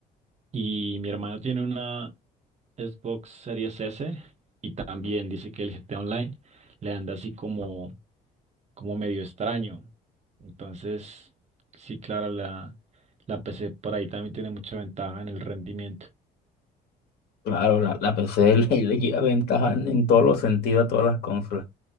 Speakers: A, on the right (about 40°); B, on the left (about 70°).
A: Y mi hermano tiene una Xbox Series S y también dice que el GTA Online le anda así como, como medio extraño. Entonces, sí, claro, la, la PC por ahí también tiene mucha ventaja en el rendimiento.
B: Claro, la, la PC <laughs> le, le lleva ventaja en, en todos los sentidos a todas las consolas.